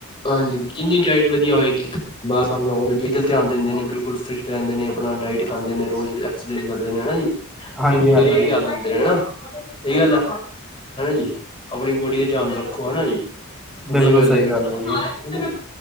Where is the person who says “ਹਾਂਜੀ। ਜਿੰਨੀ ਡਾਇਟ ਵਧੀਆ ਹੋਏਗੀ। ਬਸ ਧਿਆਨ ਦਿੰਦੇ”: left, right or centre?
Left